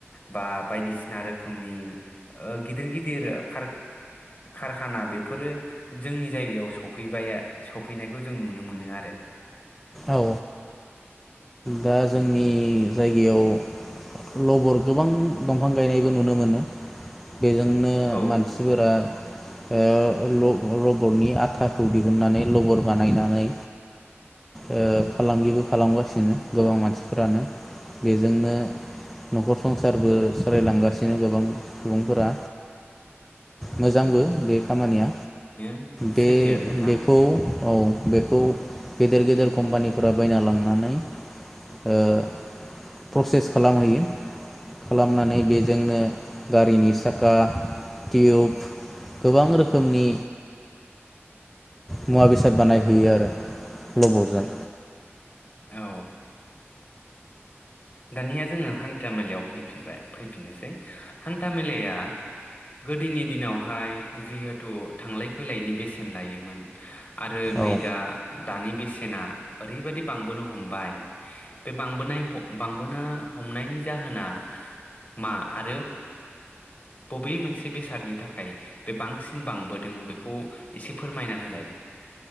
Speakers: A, on the left; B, in the centre.
A: बा बायदिसिना रो रोखोमनि ओ गिदिर गिदिर कार कारखाना बेफोरो जोंनि जायगायाव सफैबाय सफैनायखौ जों नुनो मोनो। आरो
B: औ दा जोंनि जायगायाव लबर गोबां दंफां गायनायबो नुनो मोनो। बेजोंनो
A: औ
B: मानसिफोरा ओ ल लबरनि आथाखौ दिहुननानै लबर बानायनानै ओ फालांगिबो खालामगासिनो गोबां मानसिफोरानो बेजोंनो नखर संसारबो सालायलांगासिनो गोबां सुबुंफोरा मोजांबो बे खामानिया
A: बेनो
B: बे
A: सैथो खोथा
B: बेखौ औ बेखौ गेदेर गेदेर कम्पानिफोरा बायना लांनानै ओ प्रसेस खालामहैयो खालामनानै बेजोंनो गारिनि साखा टिउब गोबां रोखोमनि मुवा बेसाद बानायहैयो आरो लबरजों।
A: औ दानिया जोङो हान्था मेलायाव फैफिनबाय फैफिननोसै हान्था मेलाया गोदोनि दिनावहाय जिहेथु थांलाय फैलायनि बेसेन लायोमोन आरो नै
B: औ
A: दा दानि बि सेना ओरैबायदि बांबोनो हमबाय बे बांबोनाय ह बांबोनो हमनायनि जाहोना मा? आरो बबे मोनसे बेसादनि थाखाय बे बांसिन बांबोदों बेखौ एसे फोरमायना होलाय।